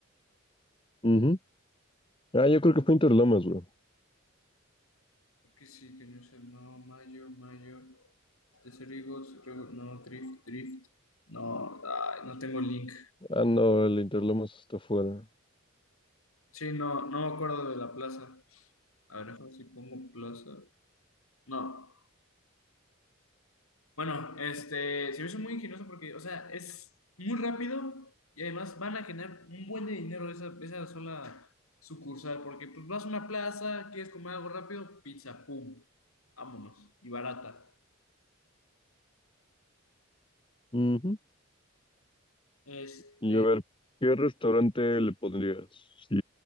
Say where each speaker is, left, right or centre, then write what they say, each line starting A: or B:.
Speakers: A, on the left; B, on the left.
A: Ujú. Ah, yo creo que fue Interlomas, bro.
B: Creo que sí, que no sé, no, mayo, mayo, Tesserigos, no, Drift, Drift. No, ay, no tengo link.
A: Ah, no, el Interlomas está afuera.
B: Sí, no, no me acuerdo de la plaza. A ver, déjame ver si pongo plaza. No. Bueno, este, se me hizo muy ingenioso porque, o sea, es muy rápido y además van a generar un buen de dinero esa, esa sola sucursal, porque pues vas a una plaza, quieres comer algo rápido, pizza, pum, vámonos, y barata.
A: Ujú.
B: Este,
A: Y a ver, ¿qué restaurante le pondrías? Si